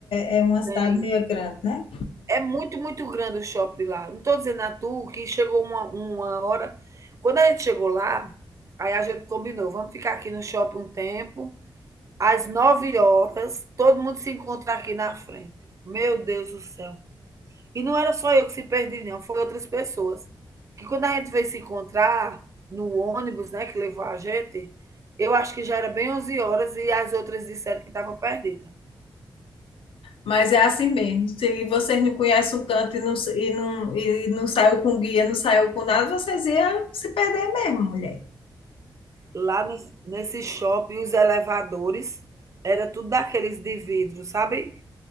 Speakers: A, on the left; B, on the right.
A: É, é uma cidade
B: tem.
A: meio grande, né?
B: É muito, muito grande o shopping lá. Não estou dizendo a tu que chegou uma, uma hora. Quando a gente chegou lá, aí a gente combinou, vamos ficar aqui no shopping um tempo. Às nove horas, todo mundo se encontra aqui na frente. Meu Deus do céu. E não era só eu que se perdi, não, foi outras pessoas. Que quando a gente veio se encontrar no ônibus, né, que levou a gente, eu acho que já era bem 11 horas e as outras disseram que estava perdida.
A: Mas é assim mesmo. Se vocês não conhecem o canto e não, e não, e não saiu com guia, não saiu com nada, vocês iam se perder mesmo, mulher.
B: Lá nos nesse shopping, os elevadores era tudo daqueles de vidro, sabe?